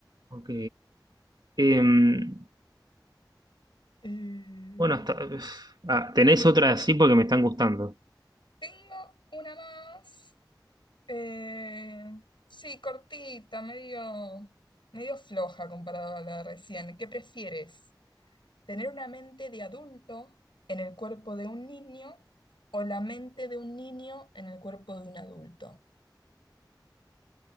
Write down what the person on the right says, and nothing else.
Ok. Em,
bueno, hasta, uf, ah, tenés otra así porque me están gustando.